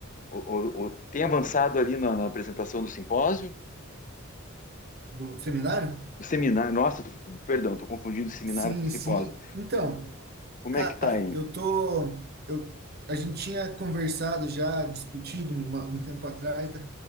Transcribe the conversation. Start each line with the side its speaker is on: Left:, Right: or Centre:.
Left: o, o- o- Tem avançado ali na, na apresentação do simpósio?
Right: Do seminário?
Left: Seminário, nossa, tô- tô- perdão, tô confundindo seminário
Right: Sim,
Left: com simpósio.
Right: sim. Então,
Left: Como
Right: cara,
Left: é que tá aí?
Right: eu tô. Eu, a gente tinha conversado já, discutido uma- um tempo atrás da-